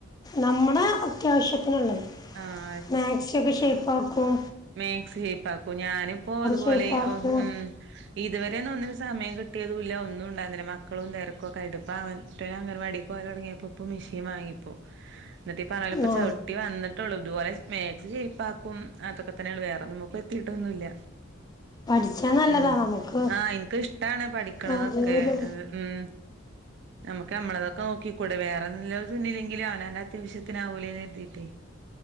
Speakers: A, on the left; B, on the right.
A: നമ്മുടെ അത്യാവശ്യത്തിനുള്ളത്
B: ആഹ്
A: മാക്സി ഒക്കെ ഷേപ്പ് ആക്കും
B: മേക്സ്പ്പാക്കും ഞാനിപ്പോ അതുപോലെ
A: ഷേപ്പാക്കും
B: ഒ ഉം ഇതുവരെന്നും ഒന്നിനും സമയം കിട്ടിയതും ഇല്ല ഒന്നും ഉണ്ടാന്നില്ല മക്കളും തെരക്കൊക്കെയായിട്ട് ഇപ്പൊ അവൻ- റ്റ അങ്ങനവാടി പോയതാണെങ്കി ഇ പ്പോ ഇപ്പൊ മെഷീൻ വാങ്ങിപ്പോ എന്നിട്ടി പറല്ലപ്പ
A: ആ
B: ചവിട്ടി വന്ന് ള്ളൂ ഇതുപോലെേ മാക്സിഷെയ്പ്പാക്കും അതൊക്കെ തന്നെയ വേറെൊന്നു <unintelligible> എത്തിയിട്ടൊന്നുമല്ല
A: പഠിച്ചാൽ നല്ലതാ
B: ഉം
A: നമുക്ക്
B: ആഹ് എനക്ക് ഇഷ്ടാണ് പഠിക്കണതൊക്കെ
A: അതിനൊരു
B: അത് ഉം നമുക്ക് നമ്മളതൊക്കെ നോക്കിക്കൂടെ വേറെല്ലതുന്നിലെങ്കില അവനവന്റെ അത്യാവശ്യത്തിനാവൂലേന്ന് എരുതിയിട്ടേ